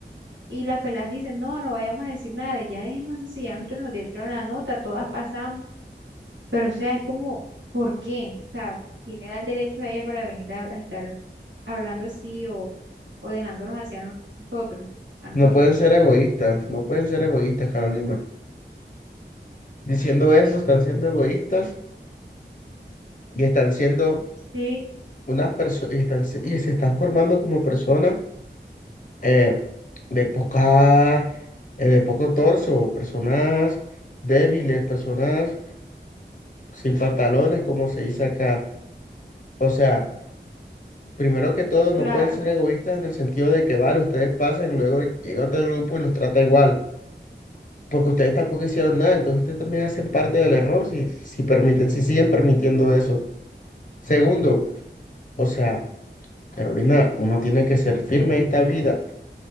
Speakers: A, on the right; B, on the left.
A: Y las pelas dicen, no, no vayamos a decir nada, de- ya dejemos eso, si ya nosotros nos dieron la nota, todas pasamos, pero o sea, es como, ¿por qué? O sea, ¿quién le da el derecho a ella para venir a, a estar hablando así o, o dejándonos así a no- nosotros, a nosotros?
B: no pueden ser egoístas, no pueden ser egoístas, Carolina. Diciendo eso, están siendo egoístas y están siendo
A: Sí,
B: unas personas, y, están se- y se están formando como personas eh, de poca, eh, de poco torso, personas débiles, personas sin pantalones, como se dice acá. O sea, primero que todo, no
A: claro.
B: pueden ser egoístas en el sentido de que, vale, ustedes pasan, luego llega otro grupo y los trata igual, porque ustedes tampoco hicieron nada, entonces ustedes también hacen parte del error si, si permiten, si siguen permitiendo eso. Segundo, o sea, Carolina, uno tiene que ser firme en esta vida.